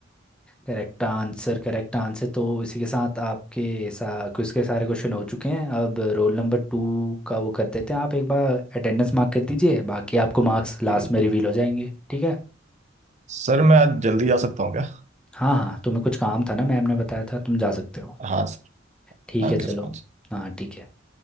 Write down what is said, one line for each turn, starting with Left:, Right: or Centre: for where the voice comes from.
Centre: Correct answer correct answer तो इसी के साथ आपके सा, क्विज के सारे क्वेश्चन हो चुके हैं अब रोल नंबर टू का वो कर देते हैं आप एक बार अटेंडेंस मार्क कर दीजिए बाकी आपको मार्क्स लास्ट
Right: जी
Centre: में रिवील हो जाएंगे ठीक है
Right: सर मैं आज जल्दी जा सकता हूँ क्या
Centre: हाँ हाँ तुम्हें कुछ काम था ना मैम ने बताया था तुम जा सकते हो
Right: हाँ sir
Centre: ठीक
Right: Thank
Centre: है
Right: you
Centre: चलो
Right: so much
Centre: हाँ ठीक है